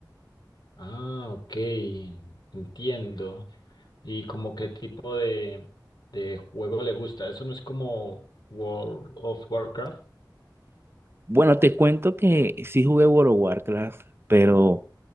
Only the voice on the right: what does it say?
Bueno, te cuento que sí jugué World of Warcraft, pero